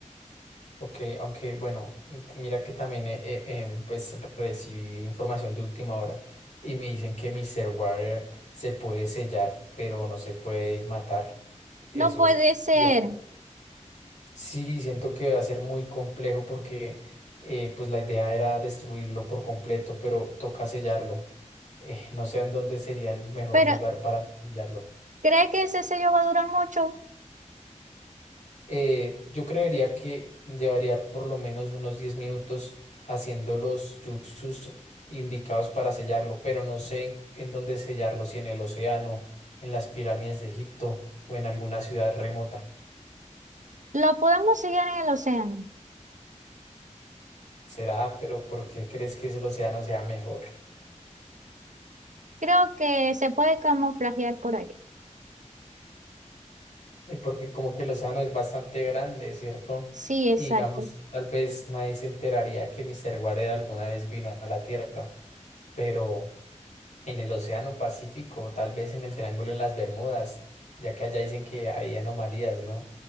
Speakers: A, on the left; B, on the right.
A: Ok, aunque bueno, n- mira que también eh, eh, em, pues recibí información de última hora y me dicen que Mr. Water se puede sellar, pero no se puede matar. Eso
B: No puede ser,
A: sí, sí, siento que va a ser muy complejo porque eh, pues la idea era destruirlo por completo, pero toca sellarlo. Eh, no sé en dónde sería el mejor
B: pero
A: lugar para sellarlo.
B: ¿cree que ese sello va a durar mucho?
A: Eh, yo creería que llevaría por lo menos unos 10 minutos haciendo los yuxus indicados para sellarlo, pero no sé en, en dónde sellarlo, si en el océano, en las pirámides de Egipto o en alguna ciudad remota.
B: Lo podemos sellar en el océano.
A: Será, pero ¿por qué crees que el océano sea mejor?
B: Creo que se puede camuflajear por allí.
A: Eh, Porque como que el océano es bastante grande, ¿cierto?
B: Sí, exacto.
A: Y digamos, tal vez nadie se enteraría que Mr. Guareda alguna vez vino a la Tierra, pero en el Océano Pacífico, tal vez en el Triángulo de las Bermudas, ya que allá dicen que hay anomalías, ¿no?